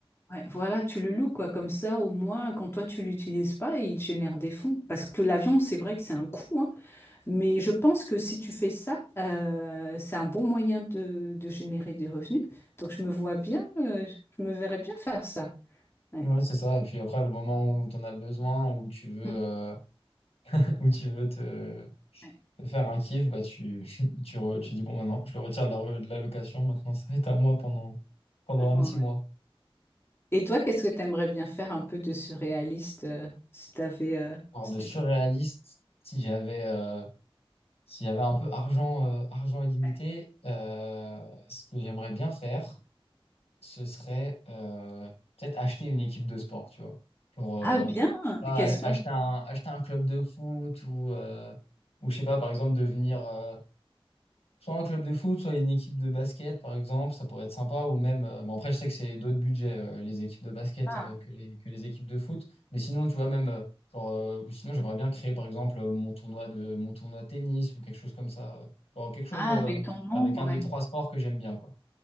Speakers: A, on the left; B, on the left.
A: Ouais, voilà, tu le loues, quoi. Comme ça, au moins, quand toi, tu l'utilises pas, il te génère des fonds. Parce que l'avion, c'est vrai que c'est un coût, hein. Mais je pense que si tu fais ça, euh, c'est un bon moyen de, de générer des revenus. Donc je me vois bien, euh, je me verrais bien faire ça. Ouais.
B: Ouais, c'est ça. Et puis après, le moment où tu en as besoin, où tu veux... euh,
A: Mm.
B: ou tu veux te,
A: Ouais.
B: te faire un kiff, bah tu, <laughs> tu, re- tu dis bon maintenant, je le retire de la, re- de la location, maintenant ça va être à moi pendant, pendant
A: Ouais.
B: un
A: Ouais.
B: petit mois.
A: Et toi, qu'est-ce que tu aimerais bien faire un peu de surréaliste euh, si t'avais, euh,
B: Alors
A: si
B: de
A: tu
B: surréaliste, si j'avais euh, s'il y un peu argent, euh, argent illimité,
A: Ouais.
B: euh, ce que j'aimerais bien faire, ce serait euh, peut-être acheter une équipe de sport, tu vois. Genre, euh,
A: Ah bien,
B: je sais pas,
A: qu'est-ce
B: acheter
A: pas?
B: un, acheter un club de foot ou, euh, ou je sais pas, par exemple, devenir, euh, Soit un club de foot, soit une équipe de basket, par exemple, ça pourrait être sympa. Ou même, euh, bon, après, je sais que c'est d'autres budgets, euh, les équipes de basket,
A: Ah,
B: euh, que les, que les équipes de foot. Mais sinon, tu vois, même, euh, genre, euh, ou sinon, j'aimerais bien créer, par exemple, euh, mon tournoi de, mon tournoi de tennis ou quelque chose comme ça. euh. Genre, quelque chose,
A: Ah,
B: euh,
A: avec ton nom,
B: avec un
A: ouais.
B: des trois sports que j'aime bien, quoi.